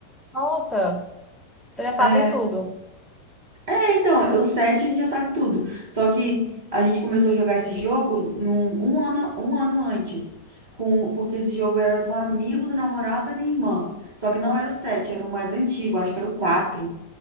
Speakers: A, in the centre; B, on the right.
A: Nossa, então já sabe
B: É,
A: de tudo.
B: é, então, o 7 a gente já sabe tudo. Só que a gente começou a jogar esse jogo num, um ano, um ano antes. Com, porque esse jogo era do amigo do namorado da minha irmã. Só que não era o 7, era o mais antigo, acho que era o 4.